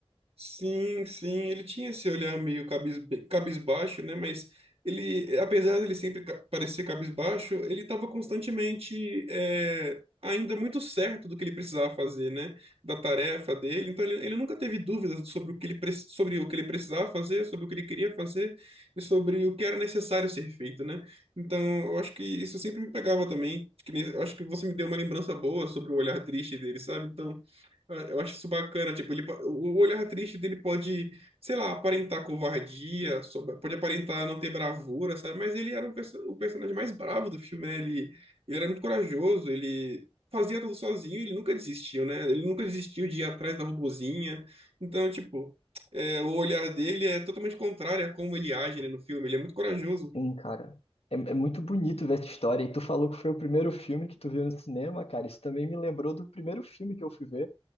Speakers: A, on the right; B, on the left.
A: Sim, sim, ele tinha esse olhar meio cabis, cabisbaixo, né? Mas ele, apesar dele sempre ca- parecer cabisbaixo, ele estava constantemente é, ainda muito certo do que ele precisava fazer, né? Da tarefa dele. Então ele, ele nunca teve dúvidas sobre o que ele, pre- sobre o que ele precisava fazer, sobre o que ele queria fazer e sobre o que era necessário ser feito, né? Então eu acho que isso sempre me pegava também. Que nem- eu acho que você me deu uma lembrança boa sobre o olhar triste dele, sabe? Então ah, Eu acho isso bacana, tipo, ele, po- o olhar triste dele pode, sei lá, aparentar covardia, sob- pode aparentar não ter bravura, sabe? Mas ele era um perso- o personagem mais bravo do filme, né? Ele, ele era muito corajoso, ele fazia tudo sozinho, ele nunca desistiu, né? Ele nunca desistiu de ir atrás da robozinha. Então, tipo, é, o olhar dele é totalmente contrário a como ele age, né, no filme. Ele é muito corajoso.
B: hein, cara. É, é muito bonito ver essa história. E tu falou que foi o primeiro filme que tu viu no cinema, cara. Isso também me lembrou do primeiro filme que eu fui ver.